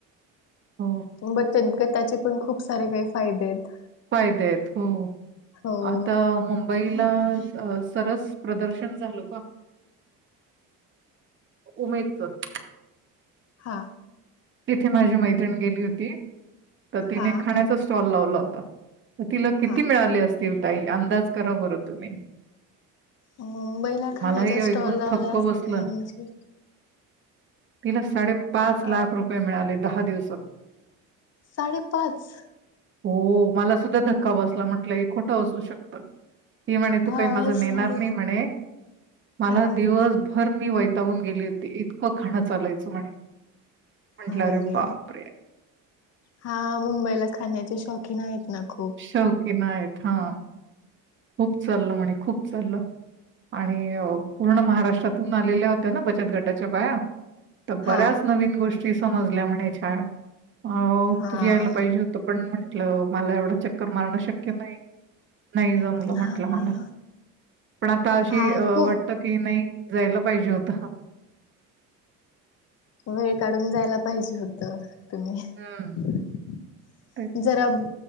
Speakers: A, on the right (about 35°); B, on the left (about 50°).
A: हो.
B: बचत ग- टाचे पण खूप सारे काही फायदे आहेत.
A: फायदे आहेत, हो
B: हो
A: आता मुंबई- मुबईला सरस प्रदर्शन झाल का? उमेद तर <unintelligible>
B: हा.
A: तिथे माझी मैत्रिणी गेली होती, तर तिने
B: हा
A: खाण्याचा स्टॉल लावला होता. तर तिला किती
B: हा
A: मिळाले असतील, ताई अंदाज करा बरं तुम्ही?
B: मुंबईला खाण्याचा
A: मला हे
B: स्टॉल
A: ऐकून
B: लावला
A: थक्क
B: असेल,
A: बसलं.
B: म्हणजे-
A: तिला साडेपाच
B: अ
A: लाख रुपये मिळाले, दहा दिवसात-
B: साडेपाच?
A: हो मला सुद्धा धक्का बसला म्हंटलंय, खोटं असू शकत. ती म्हणे तू
B: हा
A: काही माझ नेणार
B: साडे
A: नाही म्हणे, मला
B: हा
A: दिवसभर- मी वैतावून गेली होती इतकं खाणं चालायचं म्हणे- म्हटलं,
B: अरे
A: बापरे!
B: हा मुंबईला खाण्याचे शौकीन आहेत ना. खूप
A: शौकीन आहेत, हां. खूप चालल म्हणे, खूप चाललं आणि पूर्ण महाराष्ट्रातून आलेल्या होत- ना बचत गटाच्या बाया तर बऱ्याच
B: हा
A: नवीन गोष्टी समजल्या म्हणे छाया हो
B: हा
A: तु यायला पाहिजे होत. म्हट मला एव च मारण शक्य नाही म्हट
B: हा
A: म पण आता अ
B: हा खूप
A: वाटत की नाही जायला पाहिजे होत
B: वेळ काढून जायला पाहिजे होत तुम्ही
A: हं. तेच.
B: जरा